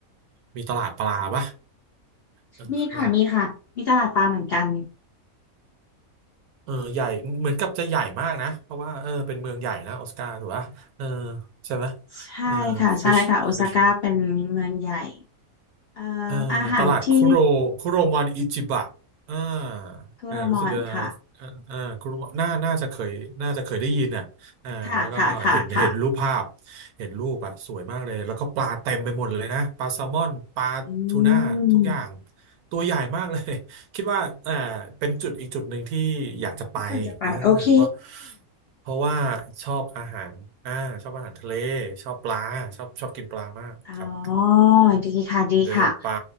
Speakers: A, on the right; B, on the left.
A: มีตลาดปลาปะเออเออ
B: มีค่ะมีค่ะมีตลาดปลาเหมือนกัน
A: เออใหญ่เหมือนกับจะใหญ่มากนะ เพราะว่าเออเป็นเมืองใหญ่นะโอซาก้าถูกปะเออใช่ไหม
B: ใช่ค่ะใช่ค่ะโอซาก้าเป็นเมืองใหญ่
A: เออ fish fish
B: เอ่อ
A: เอ่อตลาดคุโรคุโรมอนอิจิบะอ่า
B: อาหารที่คุโรมอนค่ะ
A: อ่ารู้สึกจะเอ่อเอ่าคุโรมอนน่าน่าจะเคยน่าจะเคยได้ยินอ่ะอ่าแล้วก็เห็นเห็นรูปภาพ
B: ค่ะค่ะค่ะค่ะ
A: เห็นรูปอ่ะสวยมากเลย แล้วก็ปลาเต็มไปหมดเลยนะ ปลาแซลมอน ปลาทูน่า
B: อืม
A: ทุกอย่าง ตัวใหญ่มากเลย <laughs> คิดว่าเอ่อเป็นจุดอีกจุดหนึ่งที่อยากจะไปเออเพราะ
B: ที่ควรจะไปโอเค
A: เพราะว่าชอบอาหารอ่าชอบอาหารทะเล ชอบปลาชอบชอบกินปลามากครับ
B: อ๋อดีค่ะดีค่ะ
A: โดยเฉพาะปลา